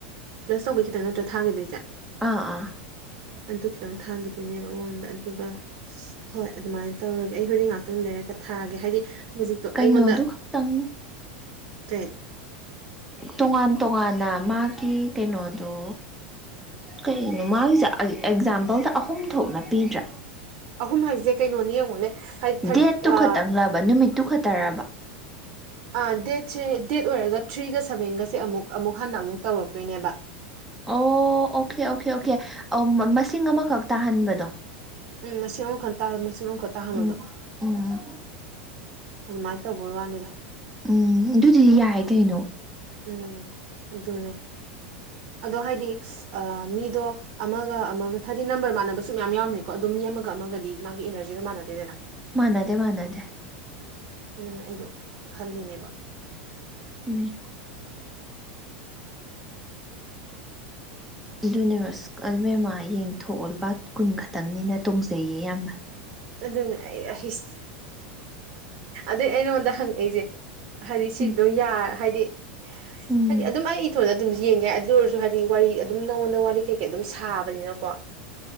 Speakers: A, on the right; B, in the centre.
A: ꯄ꯭ꯂꯁ ꯇꯧꯕꯩ ꯈꯤꯇꯪ ꯅꯠꯇ꯭ꯔꯥ ꯊꯥꯈꯤꯗꯣꯏꯁꯦ
B: ꯑꯥ ꯑꯥ
A: ꯑꯗꯨ ꯈꯤꯇꯪ ꯊꯥꯈꯤꯗꯣꯏꯅꯦꯕ ꯃꯉꯣꯟꯗ ꯑꯗꯨꯒ ꯑ ꯍꯣꯏ ꯑꯗꯨꯃꯥꯏꯅ ꯇꯧꯔꯒꯦ ꯑꯩ ꯍꯣꯔꯦꯟ ꯉꯥꯛꯇꯪ ꯂꯩꯔꯒ ꯊꯥꯒꯦ ꯍꯥꯏꯗꯤ ꯍꯧꯖꯤꯛꯇꯣ
B: ꯀꯩꯅꯣ
A: ꯑꯩꯉꯣꯟꯗ
B: ꯑꯗꯨ ꯈꯛꯇꯪ
A: ꯀꯩ
B: ꯇꯣꯉꯥꯟ ꯇꯣꯉꯥꯟꯅ ꯃꯥꯒꯤ ꯀꯩꯅꯣꯗꯨ ꯀꯩꯅꯣ ꯃꯥꯒꯤꯁꯦ ꯑꯦꯛꯖꯥꯝꯄꯜꯗ ꯑꯍꯨꯝ ꯊꯣꯛꯅ ꯄꯤꯗ꯭ꯔꯥ
A: ꯑꯍꯨꯝ ꯍꯥꯏꯁꯦ ꯀꯩꯅꯣꯅꯤ ꯌꯦꯡꯉꯣꯅꯦ ꯍꯥꯏꯗꯤ ꯊꯥꯔꯠ
B: ꯗꯦꯠꯇꯨ ꯈꯛꯇꯪꯪꯂꯕ ꯅꯨꯃꯤꯠꯇꯨ ꯈꯛꯇꯔꯕ
A: ꯑ ꯗꯦꯠꯁꯦ ꯗꯦꯠ ꯑꯣꯏꯔꯒ ꯊ꯭ꯔꯤꯒ ꯁꯕꯦꯟꯒꯁꯦ ꯑꯃꯨꯛ ꯑꯃꯨꯛ ꯍꯟꯅ ꯑꯃꯨꯛ ꯇꯧꯔꯛꯇꯣꯏꯅꯦꯕ
B: ꯑꯣ ꯑꯣꯀꯦ ꯑꯣꯀꯦ ꯑꯣꯀꯦ ꯃꯁꯤꯡ ꯑꯃꯈꯛ ꯇꯥꯍꯟꯕꯗꯣ
A: ꯎꯝ ꯃꯁꯤꯡ ꯑꯃꯈꯛ ꯃꯁꯤꯡ ꯑꯃꯨꯈꯛ ꯇꯥꯍꯟꯕꯗꯣ
B: ꯎꯝ ꯎꯝ
A: ꯑꯗꯨꯃꯥꯏꯅ ꯇꯧꯕꯒꯤ ꯋꯥꯅꯤꯗ
B: ꯎꯝ ꯑꯗꯨꯗꯤ ꯌꯥꯏ ꯀꯩꯅꯣ
A: ꯎꯝ ꯑꯗꯨꯅꯦ ꯑꯗꯣ ꯍꯥꯏꯗꯤ ꯑ ꯃꯤꯗꯣ ꯑꯃꯒ ꯑꯃꯒ ꯍꯥꯏꯗꯤ ꯅꯝꯕꯔ ꯃꯥꯟꯅꯕꯁꯨ ꯃꯌꯥꯝ ꯌꯥꯎꯔꯝꯅꯤ ꯀꯣ ꯑꯗꯨꯣ ꯃꯤ ꯑꯃꯒ ꯑꯃꯒꯗꯤ ꯃꯥꯒꯤ ꯏꯅꯔꯖꯤꯗꯣ ꯃꯥꯟꯅꯗꯦꯗꯅ
B: ꯃꯥꯅꯥꯗꯦ ꯃꯅꯥꯗꯦ
A: ꯑꯗꯨꯅ ꯑꯩꯗꯣ ꯈꯜꯂꯤꯅꯦꯕ
B: ꯎꯝ ꯑꯗꯨꯅꯦꯕ ꯏꯃꯦꯝꯃꯥ ꯌꯦꯡꯊꯣꯛꯑꯣ ꯂꯨꯄꯥ ꯀꯨꯟ ꯈꯛꯇꯪꯅꯤꯅ ꯇꯣꯡꯖꯩꯌꯦ ꯌꯥꯝꯅ
A: ꯑꯗꯨꯅꯦ ꯑꯩꯁ ꯑꯗꯨꯏ ꯑꯩꯉꯣꯟꯗ ꯍꯪꯉꯛꯏꯁꯦ ꯍꯥꯏꯗꯤ ꯁꯤ
B: ꯎꯝ
A: ꯑꯗꯨꯝ ꯌꯥ ꯍꯥꯏꯗꯤ
B: ꯎꯝ
A: ꯍꯥꯏꯗꯤ ꯑꯗꯨꯝ ꯑꯩ ꯏꯊꯣꯟꯗ ꯑꯗꯨꯝ ꯌꯦꯡꯉꯦ ꯑꯗꯨ ꯑꯣꯏꯔꯁꯨ ꯍꯥꯏꯗꯤ ꯋꯥꯔꯤ ꯑꯗꯨꯝ ꯅꯉꯣꯟꯗ ꯋꯥꯔꯤ ꯀꯩꯀꯩ ꯑꯗꯨꯝ ꯁꯥꯕꯅꯤꯅꯀꯣ <inaudible>